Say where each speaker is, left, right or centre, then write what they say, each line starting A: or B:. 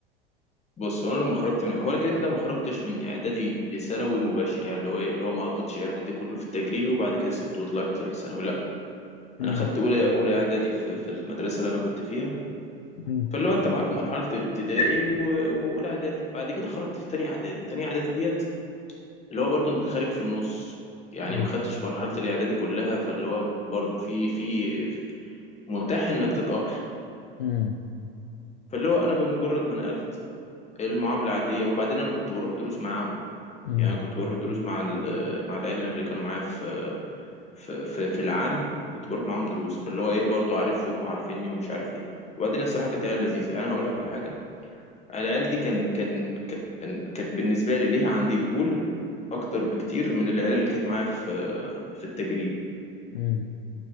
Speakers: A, on the left; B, on the left.
A: بص هو انا لما خرجت من هو انا كده كده ما خرجتش من اعدادي لثانوي مباشر يعني اللي هو ايه اللي هو ما قضيتش اعدادي كله في التجريبي وبعد كده سبته وطلعت لثانوي لا
B: امم
A: انا خدت اولى اولى اعدادي في, في المدرسه اللي انا كنت فيها
B: امم
A: فاللي هو انت معاك مرحله الابتدائي و- واولى اعدادي بعد كده خرجت في تانية اعدادي تانية اعدادي ديت اللي هو برضو انت خارج في النص يعني
B: ايوه
A: ما خدتش مرحله الاعدادي كلها فاللي هو برضو في في في- متاح انك تتاقلم
B: امم
A: فاللي هو انا بمجرد ما نقلت المعامله عاديه وبعدين انا كنت بروح دروس معاهم
B: امم
A: يعني أنا كنت بروح دروس مع ال- مع العيال اللي كانوا معايا في في في, في العام كنت بروح معاهم دروس فاللي هو ايه برضو عارفهم وعارفيني ومش عارف ايه وبعدين الصراحه كانت عيال لذيذه يعني انا هقول لك على حاجه العيال دي كان كان كان كانت بالنسبه لي ليها عندي قبول اكتر بكتير من العيال اللي كانت معايا في في التجريبي
B: امم